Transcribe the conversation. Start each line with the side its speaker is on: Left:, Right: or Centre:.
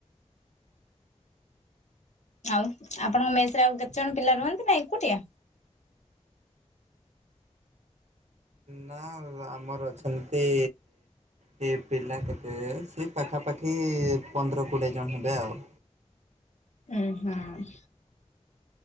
Left: ଆଉ ଆପଣଙ୍କ ମେସ ରେ ଆଉ କେତେଜଣ ପିଲା ରୁହନ୍ତି ନା ଏକୁଟିଆ?
Right: ନା ଆମର ଅଛନ୍ତି ସେ ପିଲା କେତେ ସିଏ ପାଖାପାଖି ପନ୍ଦର କୋଡ଼ିଏ ଜଣ ହେବେ ଆଉ
Left: ଉ ହୁଁ।